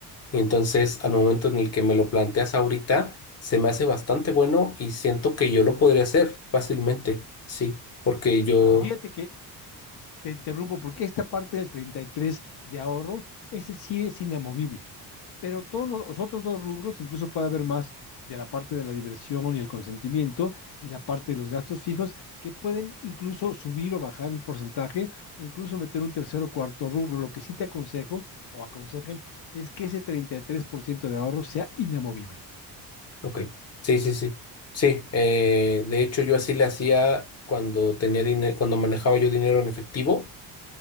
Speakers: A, on the left; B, on the left.
A: Entonces, al momento en el que me lo planteas ahorita, se me hace bastante bueno y siento que yo lo podría hacer fácilmente, sí, porque yo,
B: Sí, y fíjate que te interrumpo, porque esta parte del 33 de ahorro, ese sí es inamovible, pero todos los, los otros dos rubros, incluso puede haber más de la parte de la diversión y el consentimiento y la parte de los gastos fijos, que pueden incluso subir o bajar el porcentaje o incluso meter un tercer o cuarto rubro. Lo que sí te aconsejo o aconsejan es que ese 33% de ahorro sea inamovible.
A: ok, sí, sí, sí, sí, eh, de hecho yo así le hacía cuando tenía dinero, cuando manejaba yo dinero en efectivo,